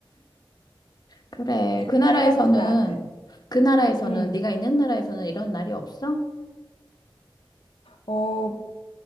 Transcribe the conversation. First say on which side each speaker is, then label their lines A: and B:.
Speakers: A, on the left; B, on the left.
A: 그래. 그 나라에서는
B: 딸 같은 아들.
A: 그 나라에서는
B: 응.
A: 네가 있는 나라에서는 이런 날이 없어?
B: 어,